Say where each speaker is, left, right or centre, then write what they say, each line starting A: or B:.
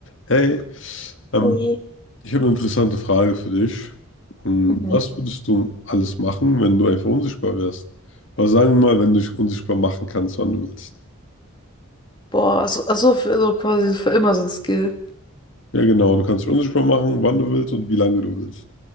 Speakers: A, on the left; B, on the left.
A: Hey, ähm,
B: Ui.
A: ich habe eine interessante Frage für dich. Hm,
B: Mhm.
A: Was würdest du alles machen, wenn du einfach unsichtbar wärst? Oder sagen wir mal, wenn du dich unsichtbar machen kannst, wann du willst.
B: Boah, also, also für, also quasi für immer so ein Skill.
A: Ja, genau, du kannst dich unsichtbar machen, wann du willst und wie lange du willst.